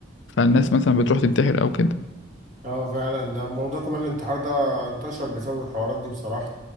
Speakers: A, on the left (about 75°); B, on the right (about 40°).
A: فالناس مثلا بتروح تنتحر او كده
B: اه فعلا ده موضوع كمان الانتحار ده انتشر بسبب الحوارات دي بصراحة